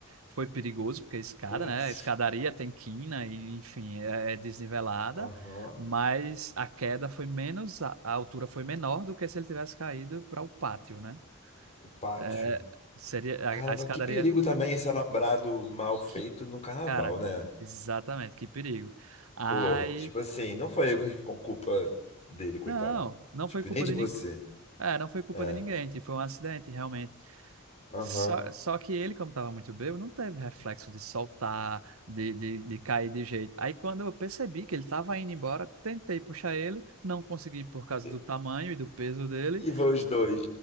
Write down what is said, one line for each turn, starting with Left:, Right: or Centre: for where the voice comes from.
Right: foi perigoso, porque a escada,
Left: Putz.
Right: né? A escadaria tem quina e, enfim, é, é desnivelada.
Left: Aham.
Right: Mas a queda foi menos, a, a altura foi menor do que se ele tivesse caído para o pátio, né?
Left: O Pátio.
Right: É, seria
Left: Caramba,
Right: a, a escadaria.
Left: que perigo também esse alambrado mal feito
Right: Que,
Left: num carnaval,
Right: cara,
Left: né?
Right: exatamente, que perigo. Aí.
Left: Pô, tipo assim, não foi eu que com culpa dele, coitado.
Right: Não, não
Left: Tipo,
Right: foi culpa
Left: nem de
Right: de
Left: você.
Right: ninguém. É, não foi culpa
Left: É.
Right: de ninguém. Tipo, foi um acidente, realmente.
Left: Aham.
Right: Só, só que ele, como estava muito bêbado, não teve reflexo de soltar, de, de, de cair de jeito. Aí, quando eu percebi que ele estava indo embora, tentei puxar ele, não consegui por causa
Left: E,
Right: do tamanho e do peso dele,
Left: e vão os dois.